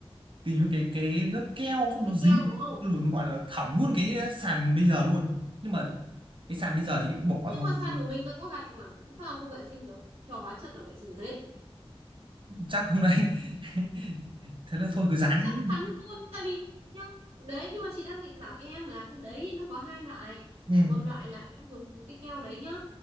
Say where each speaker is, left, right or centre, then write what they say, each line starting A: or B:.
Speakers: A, on the right; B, on the right.
A: kiểu như cái cái lớp keo xong
B: cái
A: nó dính
B: keo đúng không
A: rồi nó gọi là hỏng luôn cái sàn bây giờ luôn nhưng mà cái sàn bây giờ thì cũng
B: nhưng
A: bỏ thôi
B: mà sàn của mình là có gạch mà sao không vệ sinh được cho hóa chất là vệ sinh được hết
A: chắc không đấy <laughs> thế là thôi cứ dán
B: Ch- chắc chắn luôn tại vì nhá đấy nhưng mà chị đang định bảo em là cái đấy nó có hai loại
A: ừ.
B: một loại là em dùng cái keo đấy nhá